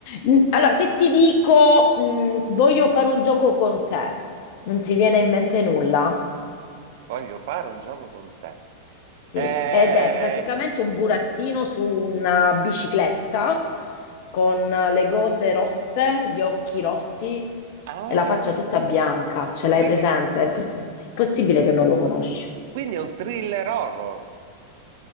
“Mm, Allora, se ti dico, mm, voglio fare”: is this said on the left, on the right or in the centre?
Left